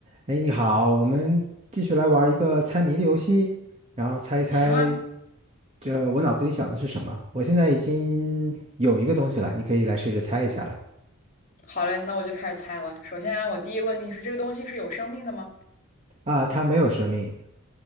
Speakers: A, on the right; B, on the left.
A: 哎，你好，我们继续来玩一个猜谜的游戏，然后猜一猜，
B: 行啊，
A: 这我脑子里想的是什么？我现在已经有一个东西了，你可以来试着猜一下了。
B: 好嘞，那我就开始猜了。首先啊，我第一个问题是，这个东西是有生命的吗？
A: 啊，它没有生命。